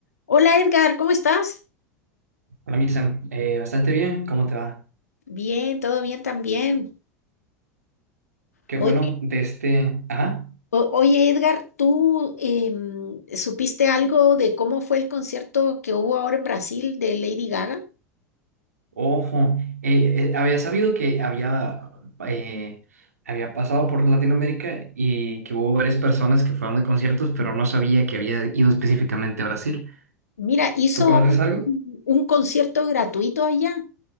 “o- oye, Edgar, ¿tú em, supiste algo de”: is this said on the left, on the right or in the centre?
Left